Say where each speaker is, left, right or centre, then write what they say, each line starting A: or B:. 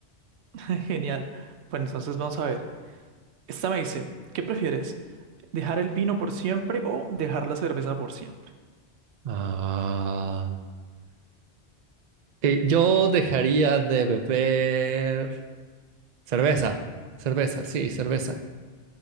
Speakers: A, on the right (about 80°); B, on the right (about 55°).
A: <laughs> Genial. Bueno, entonces vamos a ver. Esta me dice, ¿qué prefieres? ¿Dejar el vino por siempre o dejar la cerveza por siempre?
B: Ah. Eh, yo dejaría de beber cerveza. Cerveza, sí, cerveza.